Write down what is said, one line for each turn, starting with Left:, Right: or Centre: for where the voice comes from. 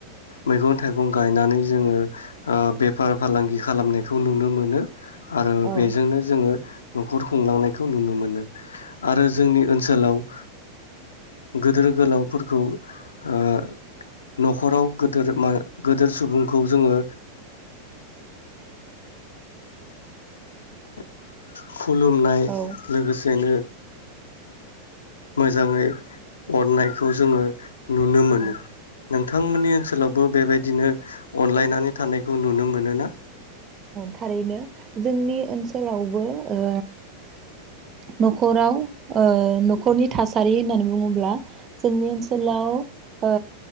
Left: मैगं थाइगं गायनानै जोङो ओ बेफार फालांगि खालामनायखौ नुनो मोनो आरो
Right: औ
Left: बेजोंनो जोङो न'खर खुंलांनायखौ नुनो मोनो आरो जोंनि ओनसोलाव गदोर गोलावफोरखौ ओ न'खराव गोदोर मा गोदोर सुबुंखौ जोङो <inaudible> खुलुमनाय
Right: औ
Left: लोगोसेनो मोजाङै अननायखौ जोङो नुनो मोनो
Right: औ
Left: नोंथांमोननि ओनसोलाव बो बेबायदिनो अनलायनानै थानायखौ नुनो मोनो ना?
Right: थारैनो जोंनि ओनसोलावबो ओ न'खराव ओ न'खरनि थासारि होननानै बुङोब्ला जोंनि ओनसोलाव ओ